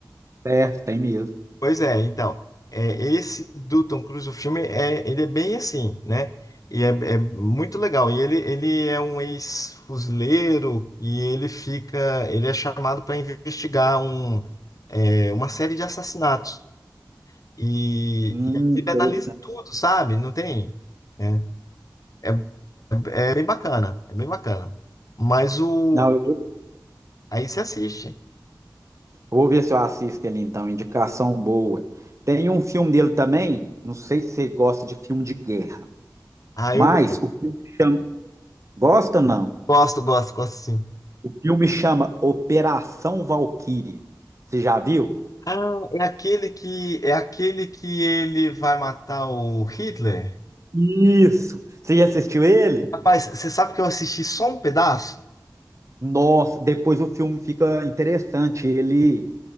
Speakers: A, on the right (about 40°); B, on the left (about 50°).
A: certo, tem mesmo.
B: Pois é, então, é, esse do Tom Cruise, o filme, é, ele é bem assim, né? E é, é muito legal. E ele, ele é um ex-fuzileiro e ele fica, ele é chamado para investigar um, é, uma série de assassinatos. E,
A: Hum,
B: e aí ele
A: intere-
B: analisa tudo, sabe? Não tem, né? É, é bem bacana, é bem bacana. Mas o,
A: não, eu vou
B: aí você assiste.
A: eu vou ver se eu assisto ele então, indicação boa. Tem um filme dele também, não sei se você gosta de filme de guerra,
B: Ah,
A: mas
B: eu gosto,
A: o filme chama, gosta não?
B: gosto, gosto, gosto sim.
A: O filme chama Operação Valquíria. Você já viu?
B: Ah, é aquele que é aquele que ele vai matar o Hitler.
A: Isso. Você já assistiu ele?
B: Rapaz, você sabe que eu assisti só um pedaço?
A: Nossa, depois o filme fica interessante. Ele